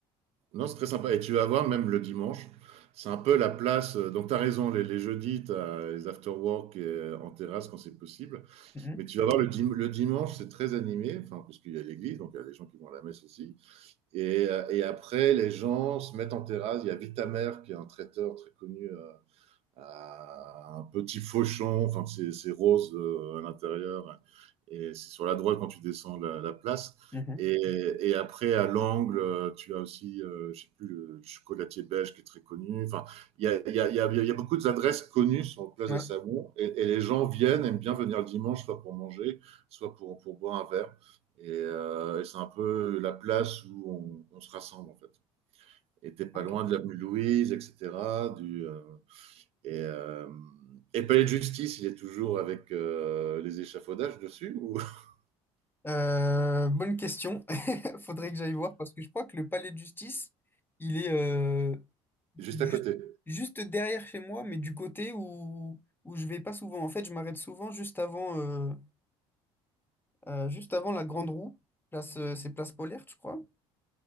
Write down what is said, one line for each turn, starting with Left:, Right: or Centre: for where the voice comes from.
Right: Non, c'est très sympa. Et tu vas voir, même le dimanche, c'est un peu la place. euh, Donc, tu as raison, les, les jeudis, tu as les after-work euh, en terrasse quand c'est possible.
Left: Mhm,
Right: Mais tu vas voir, le, dim- le dimanche, c'est très animé, enfin, parce qu'il y a l'église, donc il y a des gens qui vont à la messe aussi. Et, euh, et, après, les gens se mettent en terrasse. Il y a Vitamer, qui est un traiteur très connu à, euh, un petit fauchon, enfin c'est rose euh, à l'intérieur, et c'est sur la droite quand tu descends la, la place.
Left: mhm.
Right: Et, et, après, à l'angle, euh, tu as aussi, euh, je sais plus, le chocolatier belge qui est très connu. Enfin, il y a, y, a, y, a, y a, beaucoup d'adresses connues sur Place
Left: Ouais,
Right: des Sablons. Et, et, les gens viennent, aiment bien venir le dimanche, soit pour manger, soit pour, pour boire un verre. Et, euh, et c'est un peu la place où on, on, se rassemble, en fait. Et t'es pas
Left: ok.
Right: loin de l'avenue Louise, etc., du, euh, et, euh, et Palais de Justice, il est toujours avec euh, les échafaudages dessus ou <laughs>
Left: Euh, bonne question. <laughs> Faudrait que j'aille voir parce que je crois que le palais de justice, il est euh,
Right: juste
Left: juste,
Right: à côté
Left: juste derrière chez moi, mais du côté où, où je vais pas souvent. En fait, je m'arrête souvent juste avant, euh, euh, juste avant la grande roue. Place, euh, c'est place Polaire, je crois.